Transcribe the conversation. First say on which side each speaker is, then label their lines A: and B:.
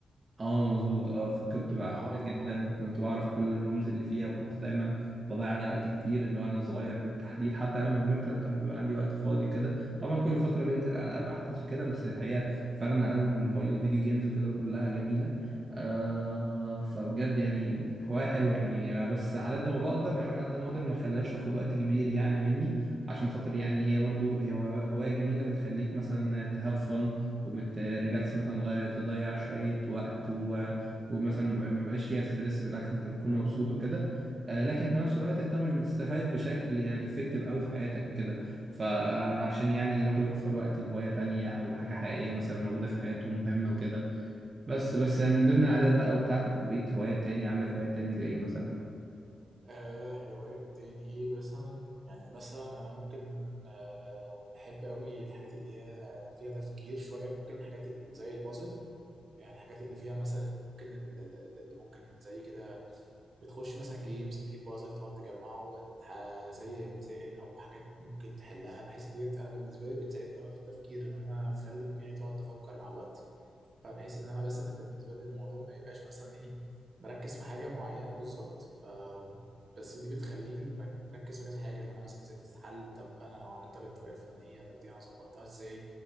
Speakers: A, on the right; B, on the right.
A: اه مظبوط اه فكنت بعشقها
B: اه
A: جدا
B: طبعا
A: وكنت بعرف كل الرومز اللي فيها وكنت دايما بضيع عليها وقت كتير اللي هو انا صغير بالتحديد حتى لما كبرت لو كان بيبقى عندي وقت فاضي وكده طبعا كل فتره بينزل العاب احدث وكده بس الحقيقه فعلا العاب الموبايل الفيديو جيمز وكده كلها جميله آه فبجد يعني هوايه حلوه يعني بس على قد ما بقدر بحاول على قد ما اقدر ما اخليهاش تاخد وقت كبير يعني مني عشان خاطر يعني هي برضو هي هوايه هواية جميله بتخليك مثلا تهاف فن وبتريلاكس مثلا تغير تضيع شوية وقت و... ومثلا ما بقاش فيها ستريس بالعكس انت بتكون مبسوط وكده آه، لكن في نفس الوقت انت مش بتستفاد بشكل يعني افكتيف قوي في حياتك وكده فعشان يعني الواحد يوفر وقت لهواية تانية او لحاجة حقيقية مثلا موجودة في حياته مهمة وكده بس بس من ضمن العادات بقى وبتاعتك وبقيت هوايات تاني عندك هوايات تاني زي ايه مثلا
B: آه هوايات يعني ايه مثلا يعني مثلا انا ممكن آه بحب قوي الحاجات اللي هي فيها تفكير شويه ممكن حاجات اللي زي البازل يعني الحاجات اللي فيها مثلا ممكن ال- ال- ال- اللي ممكن زي كده بتخش مثلا جيمز تجيب بازل تقعد تجمعه وتح- زي مسائل او حاجات ممكن تحلها بحيث ديت انا بالنسبه لي بتساعدني قوي في التفكير ان انا اخلي دماغي تقعد تفكر مع الوقت فبحيث ان انا مثلا بالنسبه لي الموضوع ما يبقاش مثلا ايه مركز في حاجه معينه بالظبط ف بس دي بتخليني مرك- مركز في كذا حاجه اللي انا مثلا ازاي دي تتحل طب انا لو عملتها بالطريقه الفلانيه طب دي انا ظبطتها ازاي